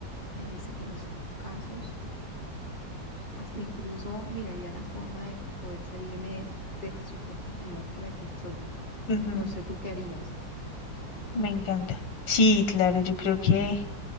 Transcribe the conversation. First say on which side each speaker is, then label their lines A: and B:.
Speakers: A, on the left; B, on the left.
A: en ese, en esos casos, hasta incluso miraría la forma de poder salirme de, de esa supuesta realidad de la que estoy.
B: ujú,
A: No sé tú qué harías,
B: me encanta. Sí, claro, yo creo que